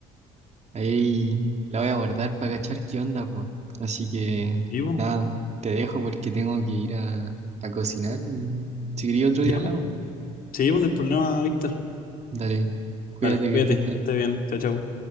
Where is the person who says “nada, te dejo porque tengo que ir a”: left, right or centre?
Right